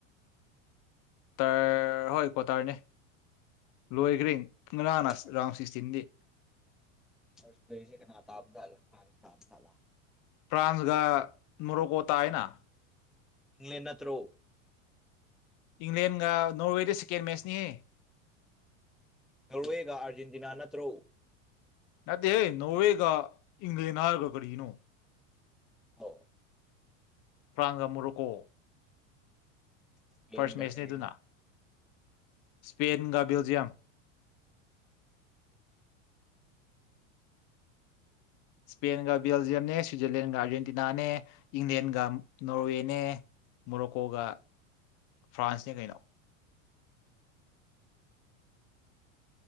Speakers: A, on the left; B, in the centre.
A: ꯇꯔ ꯍꯣꯏ ꯀ꯭ꯋꯥꯇꯔꯅꯦ ꯂꯣꯏꯈ꯭ꯔꯔꯤ ꯀꯪꯂꯥꯅ
B: ꯐꯥꯔꯁ
A: ꯔꯥꯎꯟ ꯁꯤꯛꯁꯇꯤꯟꯗꯤ
B: ꯐ ꯂꯩꯁꯦ ꯀꯅꯥ ꯇꯞꯖꯂ ꯐꯥꯟ ꯇꯞꯂ
A: ꯐ꯭ꯔꯥꯟꯁꯒ ꯅꯨꯔꯣꯀꯣꯇꯥ ꯍꯥꯏꯅ
B: ꯏꯪꯪꯂ꯭ꯂꯦꯟꯅ ꯊ꯭ꯔꯣ
A: ꯏꯪꯂꯦꯟꯒ ꯅꯣꯔꯋꯦꯗ ꯁꯦꯀꯦꯟ ꯃꯦꯠꯆꯅꯤꯍ
B: ꯇꯧꯔꯑꯦꯒ ꯑꯥꯔꯖꯦꯟꯇꯤꯅꯥ ꯅꯠꯇ꯭ꯔꯣ
A: ꯅꯠꯇꯦ ꯍ ꯅꯣꯋꯦꯒ ꯏꯪꯂꯦꯅꯥꯔꯒ ꯀꯔꯤꯅꯣ
B: ꯑꯥ
A: ꯄ꯭ꯔꯥꯡꯒꯝ ꯑꯃꯨꯔꯣꯀꯣ
B: ꯏꯁꯄꯦꯟꯒ
A: ꯐꯥꯔ꯭ꯁ ꯃꯦꯠꯁꯅꯦ
B: ꯀꯔꯤꯅꯣ
A: ꯑꯗꯨꯅ ꯁ꯭ꯄꯦꯟꯒ ꯕꯦꯜꯖꯤꯌꯝ ꯁꯄꯦꯟ ꯕꯦꯜꯖꯤꯌꯝꯅꯦ ꯁ꯭ꯋꯖꯔꯂꯦꯟꯒ ꯑꯔꯦꯟ ꯇꯤꯅꯥꯅꯦ ꯏꯪꯂꯦꯟꯒ ꯅꯣꯔꯋꯦꯅꯦ ꯃꯣꯔꯣꯛꯀꯣꯒ ꯐ꯭ꯔꯥꯟꯁꯅꯦ ꯀꯩꯅꯣ